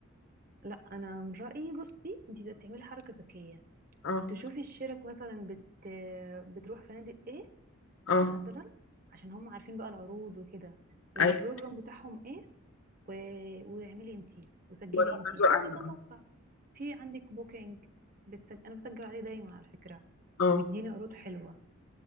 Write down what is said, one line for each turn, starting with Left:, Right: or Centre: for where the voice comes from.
Right: لا انا من رأيي بصي انت تعملي حركة ذكية
Left: اه
Right: تشوفي الشرك مثلا بت... بتروح فنادق ايه
Left: اه
Right: مثلا عشان هم عارفين بقى العروض وكده والبروجرام
Left: ايوه
Right: بتاعهم ايه و... واعملي انتي وسجلي
Left: وانا
Right: انتي
Left: برضو
Right: في كذا
Left: انا
Right: موقع في عندك بوكينج بتسج... انا بسجل عليه دايما على فكرة
Left: اه
Right: وبيديني عروض حلوة